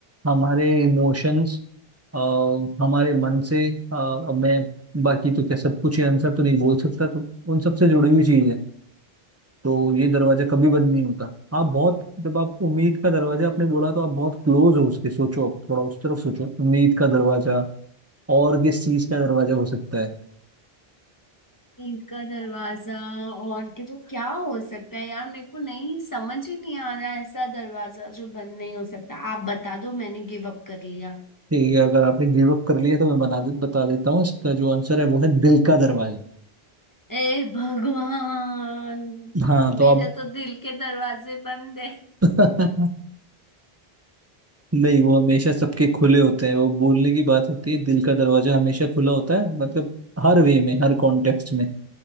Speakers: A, on the right; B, on the left.
A: हमारे इमोशंस हमारे मन से अ, अब मैं बाकी तो क्या सब कुछ ही आंसर तो नहीं बोल सकता तो उन सब से जुड़ी हुई चीज है तो ये दरवाजा कभी बंद नहीं होता आप बहुत जब आप उम्मीद का दरवाजा आपने बोला तो आप बहुत क्लोज हो उसके सोचो आप थोड़ा उस तरफ सोचो उम्मीद का दरवाजा और किस चीज का दरवाजा हो सकता है
B: ईंट का दरवाजा और के तो क्या हो सकता है यार मेरे को नहीं समझ ही नहीं आ रहा है। ऐसा दरवाजा जो बंद नहीं हो सकता आप बता दो मैंने गिव अप कर लिया
A: ठीक है अगर आपने गिव अप कर लिया तो मैं बना दे, बता देता हूँ इसका जो आंसर है वो है दिल का दरवाजा
B: ए भगवान
A: हाँ तो
B: मेरे
A: आप
B: तो दिल के दरवाजे बंद है
A: <laughs> नहीं वो हमेशा सबके खुले होते हैं वो बोलने की बात होती है दिल का दरवाजा हमेशा खुला होता है मतलब हर वे में हर कॉन्टेक्स्ट में